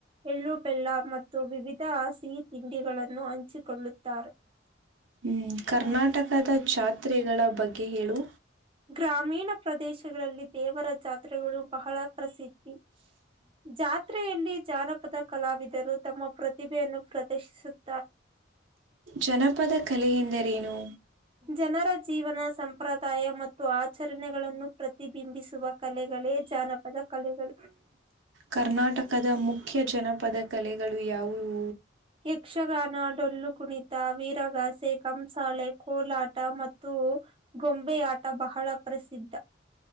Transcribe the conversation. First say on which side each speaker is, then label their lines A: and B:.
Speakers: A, on the right; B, on the right.
A: ಎಳ್ಳು ಬೆೆಲ್ಲ ಮತ್ತು ವಿವಿಧ ಹಸಹಿ ತಿಂಡಿಗಳನ್ನು ಹಂಚಿಕೊಳ್ಳುತ್ತಾರೆ
B: ಹ್ಮ್ ಕರ್ನಾಟಕದ ಜಾತ್ರೆಗಳ ಬಗ್ಗೆ ಹೇಳು
A: ಗ್ರಾಮೀಣ ಪ್ರದೇಶಗಳಲ್ಲಿ ದೇವರ. ಜಾತ್ರೆಗಳು ಬಹಳ ಪ್ರಸಿದ್ಧಿ ಜಾತ್ರೆಯಲ್ಲಿ ಜಾನಪದ ಕಲಾವಿದರು. ತಮ್ಮ ಪ್ರತಿಭೆಯನ್ನು ಪ್ರದರ್ಶಿಸುತ್ತ.
B: ಜನಪದ ಕಲೆ ಎಂದರೇನು.
A: ಜನರ ಜೀವನ ಸಂಪ್ರದಾಯ ಮತ್ತು ಆಚರಣೆಗಳನ್ನು ಪ್ರತಿಬಿಂಬಿಸುವ. ಕಲೆಗಳೇ ಜಾನಪದ ಕಲೆಗಳು.
B: ಕರ್ನಾಟಕದ ಮುಖ್ಯ. ಮುಖ್ಯ ಜನಪದ ಕಲೆಗಳು ಯಾವುವು.
A: ಯಕ್ಷಗಾನ ಡೊಳ್ಳು ಕುಣಿತ ವೀರಗಾಸೆ ಕಂಸಾಳೆ ಕೋಲಾಟ ಮತ್ತು. ಗೊಂಬೆ ಆಟ ಬಹಳ ಪ್ರಸಿದ್ಧ.